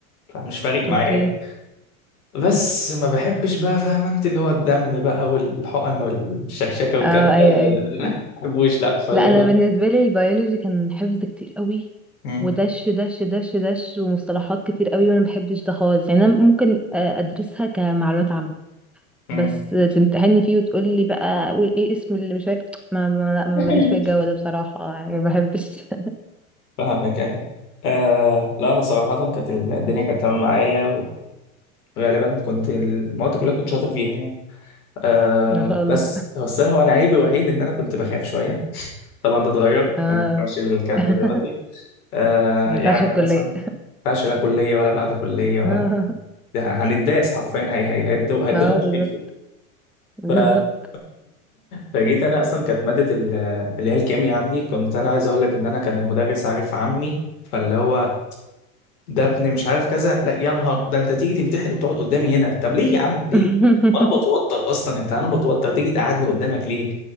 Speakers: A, on the left (about 80°); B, in the centre.
A: فمش فارق معايا
B: اوكي
A: بس ما بحبش بقى فاهم انت اللي هو الدم بقى والحقن والشكشكه والكلام
B: اه ايوه
A: ده لا لا
B: ايوه
A: لا، ما بحبوش لا فاللي
B: لا
A: هو
B: انا بالنسبة لي البيولوجي كان حفظ كتير قوي
A: مم،
B: ودش دش دش دش ومصطلحات كتير قوي وانا ما بحبش ده خالص يعني انا ممكن آه، ادرسها كمعلومات عامة
A: مم.
B: بس تمتحني فيه وتقولي بقى قول ايه اسم اللي مش عارف ما ما لا، ما
A: <laughs>
B: ماليش في الجو ده بصراحة يعني ما بحبش <laughs>
A: فاهمك ايوه آه لا انا صراحه كانت الدنيا كانت تمام معايا وغالبا كنت المواد كلها كنت شاطر فيها يعني آه
B: ما شاء الله
A: بس هو السنه وانا عيبي الوحيد ان انا كنت بخاف شويه طبعا ده اتغير
B: اه
A: ما ينفعش الكلام
B: <laughs>
A: ده دلوقتي آه
B: ما
A: يعني
B: ينفعش الكلية
A: مثلا ما ينفعش لا كليه ولا بعد كليه ولا
B: <laughs> آه.
A: يعني هنتداس حرفيا هي هي هيدو- هيدونا
B: ما
A: بالشبشب
B: هو بالظبط بالظبط
A: ف... <laughs> فجيت انا اصلا كانت ماده ال- اللي هي الكيمياء عندي كنت انا عايز اقول لك ان انا كان المدرس عارف عمي فاللي هو ده ابني مش عارف كذا لا يا نهار ده انت تيجي تمتحن وتقعد قدامي هنا طب ليه يا عم ليه
B: <laughs>
A: ما انا بتوتر اصلا انت انا بتوتر تيجي تقعدني قدامك ليه